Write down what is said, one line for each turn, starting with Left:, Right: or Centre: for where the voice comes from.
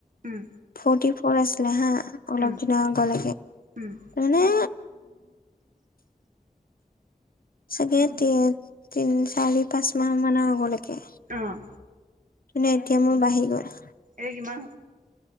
Right: উম
Left: ফৰ্টি ফৰ আছিলে হা অলপ
Right: উম
Left: দিনৰ আগলৈকে
Right: উম
Left: মানে চাগে তি তিন চাৰি পাঁচ মাহ মানৰ আগলৈকে
Right: অঁ।
Left: কিনে এতিয়া মোৰ বাঢ়ি গ'ল।
Right: এ কিমান?